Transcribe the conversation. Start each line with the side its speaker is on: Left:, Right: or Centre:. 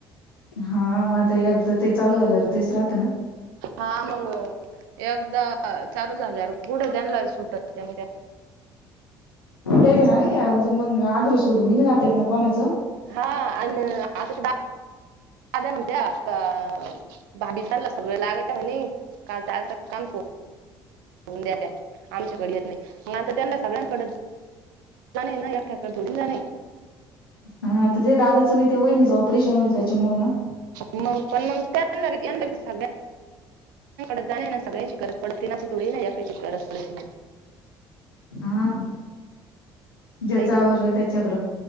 Left: हां मंग आंता एकदां ते चालूं आलेवर तेचं राहतं नां.
Right: हां मंग एकदां चालूं झाल्यांवर पुढं त्यांना सुटतं त्यांनां
Left: तेजं नां र अजूंन मंग आदरू सोडूं मी नाहीं जातं येतं नां कोणाचं.
Right: हां आणि आंता बा. अदे उतेे का. <unintelligible> भाभी चाललं सगळं लागायचं म्हणे कांल चांल कामं सोड. हो द्या त्या आमच्याकडे येतं नाहीं मंग आंता त्यांना सगळ्यांकड. जाणे नां एकट्यांत थोडी जाणे आहे
Left: हां आंता ते दादाचं बी ते होईल ऑपरेशन होईल त्यांच्यामुळे नां.
Right: मंग पणं मंग त्यांना पणं यांना पणं सगळ्यांना. डे जां नां सगळ्यांची गरजं पडते नां थोडी नां ऐकाची चं गरजं पडते नाहीं
Left: हां ज्यांच
Right: हाय
Left: आवरला
Right: का नाही
Left: त्यांच्याकडे